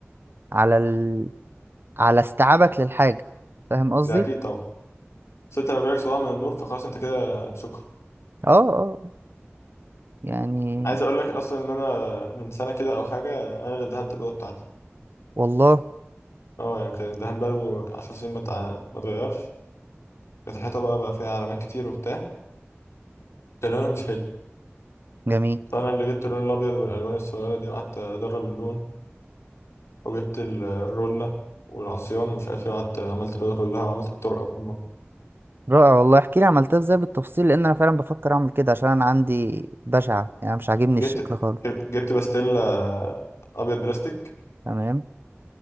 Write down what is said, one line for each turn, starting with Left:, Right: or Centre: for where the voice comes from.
Right: على ال... على استيعابك للحاجة فاهم قصدي؟
Left: ده اكيد طبعا بس انت لو جالك صداع من النور فخلاص انت كده شكرا
Right: اه اه يعني
Left: عايز اقول لك اصلا ان انا من سنه كده او حاجه انا اللي دهنت الاوضه بتاعتي
Right: والله
Left: اه يعني كان الدهان بقاله 10 سنين ما تع- ما اتغيرش كانت الحيطه بقى بقى فيها علامات كتير وبتاع كان لونها مش حلو
Right: جميل
Left: فانا اللي جبت اللون الابيض والالوان الصغيره دي وقعدت ادرب اللون وجبت ال- الرولة والعصيان ومش عارف ايه وقعدت عملت الأوضة كلها وعملت الطرقة
Right: رائع والله احكي لي عملتها ازاي بالتفصيل لان انا فعلا بفكر اعمل كده عشان انا عندي بشعة يعني أنا مش عاجبني
Left: جبت
Right: الشكل خالص
Left: جبت جبت باستيلا ابيض بلاستيك
Right: تمام